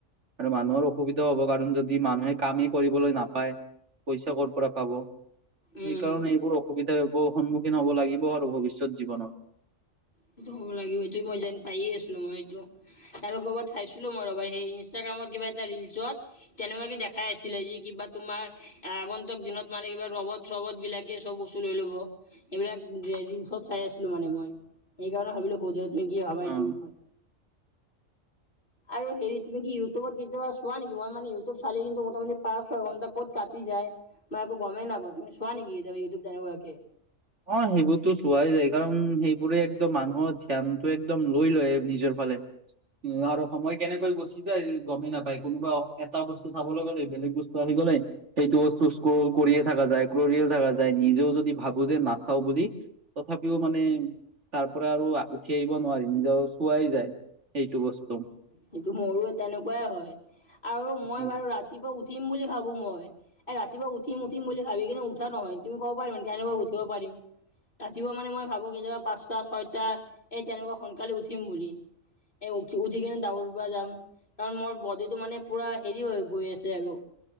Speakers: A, on the right; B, on the left.
A: আৰু মানুহৰ অসুবিধাও হব কাৰণ যদি মানুহে কামেই কৰিবলৈ নাপ- পইচা কৰ পৰা পাব,
B: উম
A: সেইকাৰণে এইবোৰ অসুবিধা সন্মুখীন হ'ব লাগিব আৰু ভৱিষ্যত জীৱনত।
B: সেইটো হ'ব লাগিব। সেইটো মই যেন পায়ে আছিলো মই এইটো তেওঁলোক চাইছিলো মই ৰবা সেই ইনষ্টাগ্ৰামত কিবা এটা ৰিলচত তেনেকুৱাকে দেখাই আছিলে যে কিবা তোমাৰ আগন্তক দিনত মানে কিবা ৰবত-চবত বিলাকে চব বস্তু লৈ ল'ব। এইবিলাক ৰিলছত চাই আছিলো মানে মই। সেইকাৰণে ভাবিলো <unintelligible> তুমি কি ভাবা
A: অ
B: তোৰ বিষয় আৰু হেৰি তুমি কি ইউটিউব কেতিয়া চোৱা নেকি? মই মানে ইউটউ চে কিন্তু মোটামুটি পাঁচ ছয় ঘণ্টা কত কাটি যায়। মই একো গমেই নাই পোৱা। তুমি চোৱা নিকি ইউটিউব তেনেকুৱাকৈ?
A: অ, সেইবোৰতো চোৱাই যায় কাৰণ সেইবোৰে একদম মানুহৰ ধ্যানতটো একদম লৈ লয় নিজৰ ফালে। উম, আৰু সময় কেনেকৈ গুচি যায় গমেই নাপায়। কোনোবা এটা বস্তু চাবলৈ গ'লে বেলেগ বস্তু আহি সেইটো কৰি থাক যায় ক থকা যায় নিজেও যদি ভাব বুজে নাচাও বুলি তথাপিও মানে তাৰ পৰা আৰু উঠি আহিব নোৱাৰি নিজৰ চোৱাই যায় সেইটো বস্তু।
B: সেইটো মোৰো তেনেকুৱাই হয় আৰু মই
A: উম
B: বাৰু ৰাতিপুৱা উঠিম বুলি ভাবো মই। এ, ৰাতিপুৱা উঠিম উঠিম বুলি ভাবি কিন্তু উঠা নহয়। তুমি ক'ব পাৰিম কেনেুৱা উঠিব পাৰিম। ৰাতিপুৱা মানে মই ভাবো কেতিয়াবা পাঁচটা, ছয়টা এই তেনেকুৱা সোনকালে উঠিম বুলি। এ উঠি কিনে দৌৰিব যাম কাৰণ মোৰ বডিটো মানে পুৰা হেৰি হৈ গৈ আছে আৰু।